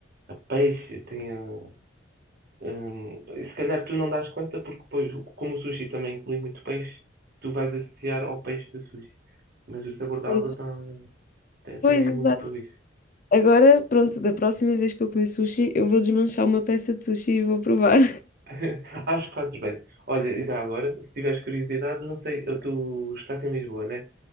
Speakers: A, on the right; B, on the left.
A: a peixe, tem a Hum, e se calhar tu não dás conta, porque depois, como o sushi também inclui muito peixe, tu vais associar ao peixe do sushi. Mas o sabor da
B: Pois,
A: água tá, tá- também
B: pois,
A: é
B: exato.
A: muito isso.
B: Agora, pronto, da próxima vez que eu comer sushi, eu vou desmanchar uma peça de sushi e vou provar.
A: <laughs> Acho que fazes bem. Olha, e já agora, se tiveres curiosidade, não sei, eu- tu estás em Lisboa, né?